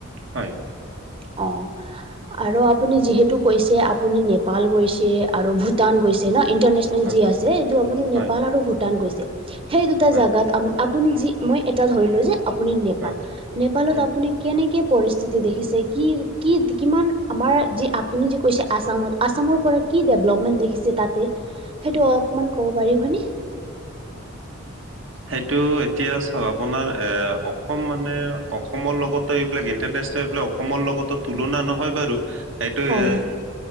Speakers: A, on the right; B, on the right.
A: হয়।
B: অ', আৰু আপুনি যিহেতু কৈছে, আপুনি নেপাল গৈছে আৰু ভূটান গৈছে ন ইণ্টাৰনেচনেল।
A: হয়,
B: যি আছে এইটো আপুনি নেপাল
A: হয়,
B: আৰু ভূটান গৈছে। সেই দুটা
A: হয়,
B: জেগাত আৰু - আপুনি যি মই এটা ধৰিলোঁ যে আপুনি নেপাল,
A: হয়,
B: নেপালত
A: উম।
B: আপুনি কেনেকে পৰিস্থিতি দেখিছে, কি কি কিমান আমাৰ যি আপুনি যে কৈছে। আসামত, আসামৰ পৰা কি ডেভলপমেণ্ট দেখিছে। তাতে সেইটো অকণমান ক'ব পাৰিবনে। <unintelligible>
A: সেইটো এতিয়া চাওক, আপোনাৰ এ অসম মানে অসমৰ লগতো এইবিলাক ইন্টাৰনেচনেল এইবিলাক। অসমৰ লগতো তুলনা নহয় বাৰু সেইটো
B: হয়
A: এ
B: হয়